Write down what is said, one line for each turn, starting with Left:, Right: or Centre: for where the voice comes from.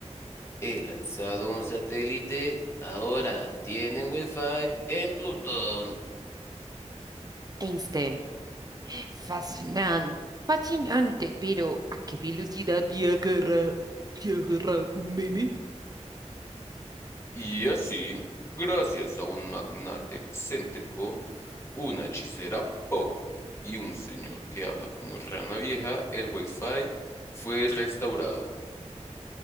Left: He lanzado un satélite, ahora tienen Wi-Fi en Plutón.
Right: Einstein. Fascinante, fascinante, pero ¿a qué velocidad viajará? ¿Viajará un meme?
Left: Y así, gracias a un magnate excéntrico, una hechicera pop y un señor que habla como rana vieja, el Wi-Fi fue restaurado.